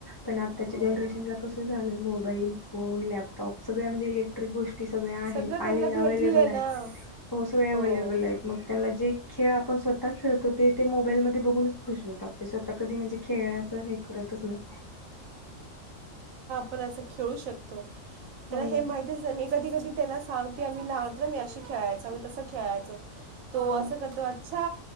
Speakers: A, on the left (about 40°); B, on the right (about 85°).
A: पण आत्ताच्या
B: हो
A: जनरेशनला कसं झालंय मोबाईल, फोन, लॅपटॉप सगळ्या म्हणजे, इलेक्ट्रिक गोष्टी सगळ्या आहेत
B: सगळं त्यांना
A: आलेल्या
B: भेटलेलं
A: अवलेबल
B: ना
A: आहे. हो सगळे अवेलेबल
B: हो
A: आहेत, मग त्यांना जे खेळ आपण स्वतः खेळतो ते मोबाईलमध्ये ते बघूनच खुश होतात ते सतत कधी म्हणजे खेळण्याचं हे करतच नाही.
B: पण असं खेळू शकतो.
A: हो
B: त्याला
A: ना
B: हे माहितंच नाय मी कधीकधी त्याला सांगते अं मी लहानपणी आम्ही असं खेळायचं आम्ही तसं खेळायचं तो
A: हा
B: असं करतो, अच्छा